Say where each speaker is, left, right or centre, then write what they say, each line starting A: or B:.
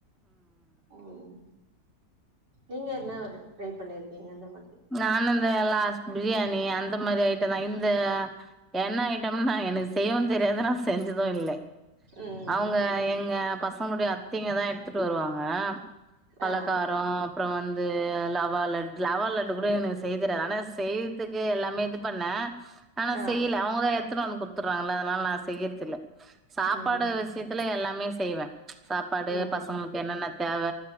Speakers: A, on the right (about 85°); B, in the centre.
A: ம் நீங்க என்ன ஒரு ட்ரை பண்ணிர் கீங்க இந்த மாதிரி
B: நானு இந்த லாஸ் பிரியாணி அந்த மாரி ஐட்டந்தா இந்த எண்ண ஐட்டம்னா எனக்கு செய்யவு தெரியாது நா செஞ்சது இல்லே
A: ம்
B: அவ்ங்க எங்க பசங்களுடைய அத்தைங்க தா எடுத்ட்டு வருவாங்க பலகாரொ
A: ஆ
B: அப்றொ வந்து லவா லட்டு் லவா லட்டு கூட எனக்கு செய்ய தெரியாது ஆனா செய்யத்துக்கு எல்லாமே இது பண்ண ஆனா
A: ஆ
B: செய்ல அவுங்கதா எத்துனு வந்து குட்த் துர்றாங்கல அதனால நா செய்யற்தில்ல சாப்பாடு
A: ம்
B: விஷயத்துல எல்லாமே செய்வ சாப்பாடு
A: ம்
B: பசங்களுக்கு என்னென்ன தேவ